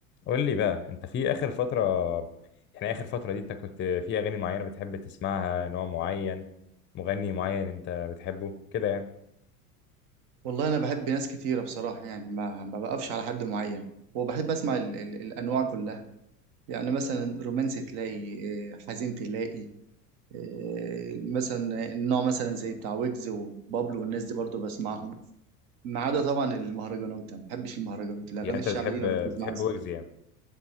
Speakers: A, on the left; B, on the right.
A: قول لي بقى انت في اخر فترة يعني اخر فترة دي انت كنت في اغاني معينة بتحب تسمعها نوع معين مغني معين انت بتحبه كده يعني
B: والله انا بحب ناس كتيره بصراحه يعني ما ما بقفش على حد معين وبحب اسمع ال ال الانواع كلها يعني مثلا رومانسي تلاقي آه، حزين تلاقي آه، مثلا النوع مثلا زي بتاع ويجز وبابلو والناس دي برضو بسمعهم ما عدا طبعا المهرجانات انا ما بحبش المهرجانات الاغاني
A: يعني انت
B: الشعبي
A: بتحب
B: دي ما بتجيش
A: بتحب
B: معايا سكه
A: ويجز يعني